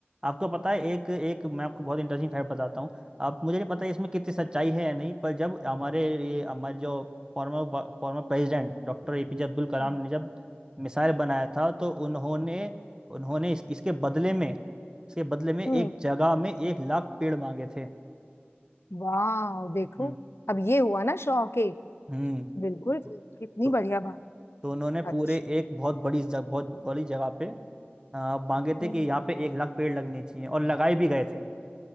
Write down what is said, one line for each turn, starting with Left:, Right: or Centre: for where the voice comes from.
Right: आपको पता है एक एक मैं आपको बहुत इंटरेस्टिंग फैक्ट बताता हूँ आप मुझे नहीं पता है इसमें कितनी सच्चाई है या नहीं पर जब हमारे ये हमारे जो former former president doctor APJ Abdul Kalam
Left: हम्म
Right: ने जब मिसाइल बनाया था तो उन्होंने उन्होंने इस, इसके बदले में इसके बदले में
Left: हम्म,
Right: एक जगह में एक लाख पेड़ मांगे थे
Left: वाह देखो
Right: हम्म
Left: अब ये हुआ ना शौक एक
Right: हम्म
Left: बिल्कुल ठीक,
Right: तो
Left: कितनी
Right: तो
Left: बढ़िया बात
Right: तो उन्होंने
Left: अच्छा
Right: पूरे एक बहुत बड़ी जग, बहुत बड़ी जगह पे आ, मांगे थे
Left: हम्म
Right: कि यहाँ पे एक लाख पेड़ लगने चाहिए और लगाए भी गए थे